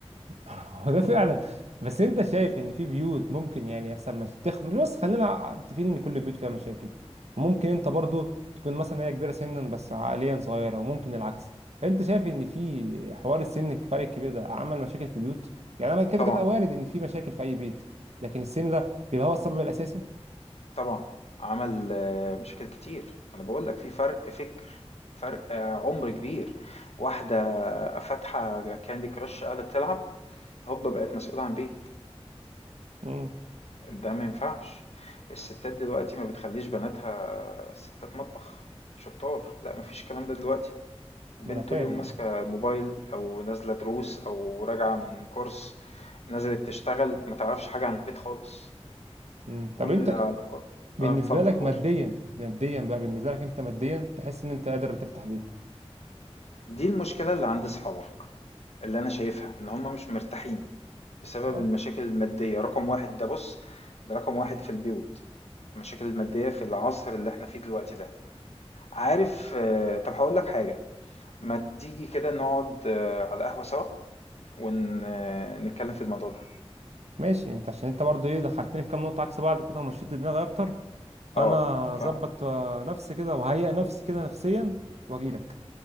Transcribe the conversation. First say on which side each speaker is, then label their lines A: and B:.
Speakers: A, on the right; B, on the left.
A: <laughs> هو ده فعلا بس انت شايف ان في بيوت ممكن يعني يحصل مش تخ... مش بس خلينا متفقين ان كل بيوت فيها مشاكل وممكن انت برضو تكون مثلا هي كبيره سنا بس عقليا صغيره وممكن العكس انت شايف ان في حوار السن الفرق الكبير ده عمل مشاكل في البيوت يعني انا كده
B: طبعا
A: كده وارد ان في مشاكل في اي بيت لكن السن ده بيبقى هو السبب الاساسي
B: طبعًا، عمل آه، مشاكل كتير، ما أنا باقول لك في فرق فِكر، فرق آه، عُمر كبير، واحدة فاتحة candy crush قاعدة تلعب، هوبا بقت مسؤولة عن بيت،
A: امم
B: ده ما ينفعش. الستات دلوقتي ما بتخلّيش بناتها ستات مطبخ، شطّار، لأ ما فيش الكلام ده دلوقتي، البنت
A: ما انا فاهم
B: طول اليوم ماسكة الموبايل أو نازلة دروس أو راجعة من course، نزلت تشتغل، ما تعرفش حاجة عن البيت خالص،
A: امم
B: كل
A: طب انت
B: علاقة
A: بالنسبه
B: آه اتفضّل
A: لك
B: قُل.
A: ماديا ماديا بقى بالنسبه لك انت ماديا تحس ان انت قادر تفتح بيت
B: دي المشكلة اللي عند صحابك اللي أنا شايفها إن هم مش مرتاحين بسبب
A: اه
B: المشاكل المادية رقم واحد ده بص ده رقم واحد في البيوت المشاكل المادية في العصر اللي احنا فيه دلوقتي ده عارف آه، طب هقول لك حاجة ما تيجي كده نقعد آه، على قهوة سوا ونتكلم في الموضوع ده
A: ماشي انت عشان انت برضو ايه دخلتني في كام نقطة عكس بعض كده ومشيت دماغي اكتر فانا
B: اه
A: اظبط
B: ف
A: آه، نفسي كده وهيئ نفسي كده نفسيا واجيلك